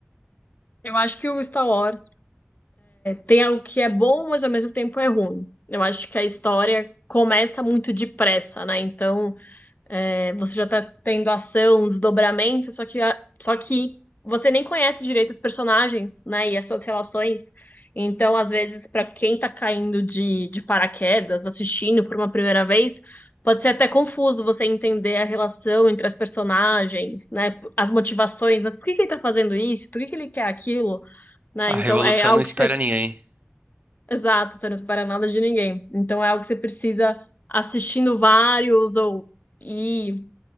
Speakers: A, on the left; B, on the right.
A: Eu acho que o Star Wars Tem algo que é bom, mas ao mesmo tempo é ruim. Eu acho que a história começa muito depressa, né? Então, é, você já tá tendo ação, um desdobramento, só que, a- só que você nem conhece direito os personagens, né? E as suas relações. Então, às vezes, para quem tá caindo de, de paraquedas, assistindo por uma primeira vez, pode ser até confuso você entender a relação entre as personagens, né? As motivações, mas por que que ele tá fazendo isso? Por que que ele quer aquilo? né?
B: A
A: Então
B: revolução
A: é algo
B: não
A: que
B: espera
A: você
B: ninguém.
A: Exato, você não espera nada de ninguém. Então é algo que você precisa assistindo vários ou e